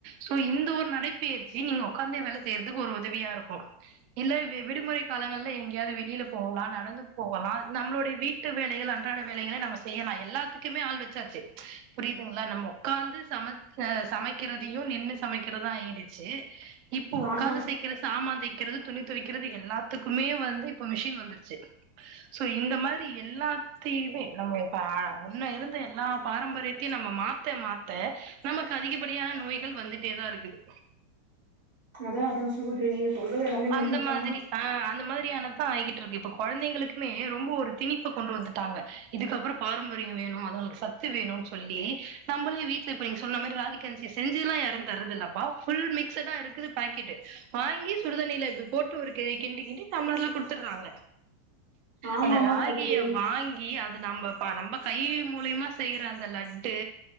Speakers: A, on the right; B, on the right.
A: சோ இந்த ஒரு நடைபயிற்சி நீங்க ஒக்காந்தே வேலை செய்யறதுக்கு ஒரு உதவியா இருக்கு இல்ல விடுமுறை காலங்கள்ல எங்கேயாவது வெளியில போகலா நடந்து போகலா நம்மளோடைய வீட வீட்டு வேலைகள் அன்றாட வேலைகள நம்ம செய்யலா எல்லாத்துக்குமே ஆள் வச்சாச்சு புரியுதுங்களா நம்ம ஒக்காந்து சமச்ச சமக்கிறதயு நின்று சமக்கிறதா ஆயிருச்சு இப்போ உக்காந்து
B: ஆமா
A: சீக்கிற சாமா தேக்கிறது துணி துவிக்கிறது எல்லாத்துக்குமே வந்து இப்ப மிஷின் வந்துருச்சு சோ இந்த மாத்ரி எல்லா சீமே நம்ம இப்ப உன்ன இருந்த எல்லா பாரம்பரியத்யு நம்ப மாத்த மாத் த நமக்கு அதிகப்படியான நோய்கள் வந்துட்டே தா இருக்குது
B: அதா அதா சகோதுரி நீங்க சொல்றது எல்லாமே உண்மைதான்
A: அந்த மாதுரி அ அந்த மாத் டி ஆனதா ஆய்கிட்ருக்கு இப்ப கொழந்தைங்களுக்குமே ரொம்ப ஒரு திணிப்ப கொண்டு வந்துட்டாங்க இதுக்கு பாரம்பரிய வேணு அதுகளுக்கு சத்து வேணும் சொல்லி நம்பளே வீட்ல இப்ப நீங்க சொன்ன மாரி ராகி கஞ்சி செஞ்சுலா யாரு தரது இல்லப்பா ஃபுல் மிக்ஸதா இருக்குது பாக்கெட்டு வாங்கி சுடுதண்ணில இப்டி போட்டு ஒரு கிண்டி கிண்டி டம்ளர்ல குடுத்துட்றாங்க
B: ஆமா
A: அந்த
B: ஆமா
A: ராகிய
B: சகோதரி
A: வாங் கி அது நம்ப ப நம்ப கை மூலயமா செய்யிற அந்த லட்டு